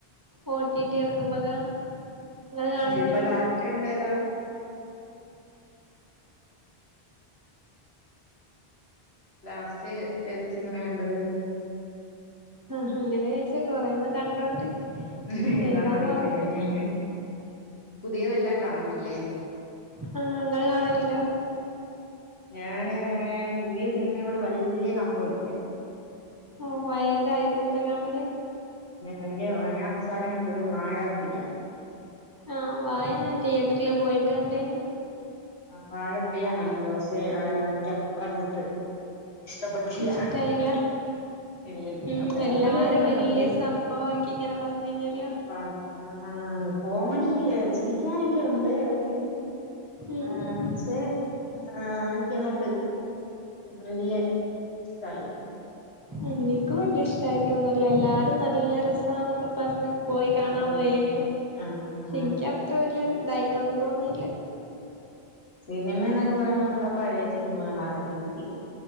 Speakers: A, on the right; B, on the left.
A: ഓ ടി ടി എറങ്ങുമ്പം കാണും ഇങ്ങള് കാണലുണ്ടോ
B: അതെ ഇപ്പം ലാസ്റ്റ് കണ്ടത് എത ലാസ്റ്റ് ഏത് സിനിമയ കണ്ടത്
A: ആഹ് അങ്ങനോയിച്ചാ കൊറേണ്ണം കണ്ടോണ്ട്
B: ഉ ഏതാന്ന
A: ഏതാന്ന്
B: അറിയത്തില്ലല്ലേ
A: ഓർമ്മല്ല
B: പുതിയതെല്ലാം കാണുംല്ലേ
A: ആഹ നിങ്ങള് കാണണില്ല
B: ഞാന് പുതിയ സിനിമയോട് വലിയ ക മ്പം ഇല്ല
A: ഓ പയതായിരിക്കുല്ലേ കാണല്
B: എനിക്ക് ഞാൻ അവസാനം കണ്ടത് വാഴത്രീ യാ
A: ആഹ വായ ഞാൻ തിയേറ്ററില് പോയിട്ട് കണ്ടേനു
B: ആ വാഴത്രിയാ കണ്ടത് പക്ഷേ എനിക്ക് അത്ര അങ്ങോട്ട് ഇഷ്ടപ്പെട്ടില്ല
A: ഇഷ്ടായില്ല
B: ഇല്ലില്ല
A: ഉം
B: കോമഡിയൊക്കെ
A: എല്ലാരും വല്യ
B: ഉണ്ട്
A: സംഭവ ആക്കി ഇങ്ങനെ പറഞ്ഞിന്നല്ലോ
B: <unintelligible> ആ കോമഡി ചിരിക്കാനൊക്കെ ഉണ്ട് ഇടക്ക്
A: ഉം
B: ആ
A: ഉം
B: പക്ഷെ ആ എനിക്ക് അങ്ങോട്ട് വല്യ ഇഷ്ടായില്ല
A: എനിക്കും വല്ല ഇഷ്ടായിട്ടൊന്നുംല്ല എല്ലാരും നല്ല രസാന്നൊക്കെ പറഞ്ഞ പോയി കാണാൻ
B: അതാണ്
A: പോയേനും
B: ആ
A: പക്ഷെ
B: ആ
A: എനിക്ക് അത്ര വല്യ ഇതായിട്ടൊന്നും തോന്നിയില്ല
B: സിനിമ എന്നൊക്കെ പറയ്പോ നമ്മുടെ പഴയ സിനിമകള ഏറ്റവും നല്ലത്